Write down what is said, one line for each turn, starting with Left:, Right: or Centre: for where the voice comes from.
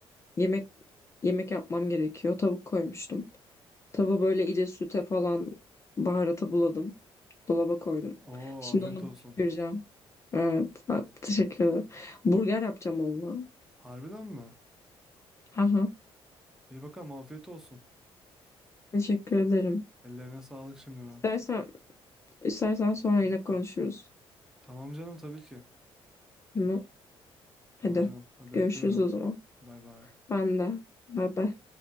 Left: yemek yemek yapmam gerekiyor. Tavuk koymuştum. Tavuğu böyle iyice süte falan baharata buladım. Dolaba koydum.
Centre: Oo
Left: Şimdi
Centre: afiyet
Left: onu
Centre: olsun.
Left: bir pişireceğim. Evet. ha, teşekkür ederim. Burger yapacağım onunla.
Centre: Harbiden mi?
Left: Aha,
Centre: İyi bakalım afiyet olsun.
Left: teşekkür ederim.
Centre: Ellerine sağlık şimdiden.
Left: İstersen İstersen sonra yine konuşuruz.
Centre: Tamam canım tabii ki.
Left: Tamam. Hadi.
Centre: Tamam canım. Hadi
Left: Görüşürüz
Centre: öpüyorum.
Left: o zaman.
Centre: Bay bay.
Left: Ben de. Bay bay.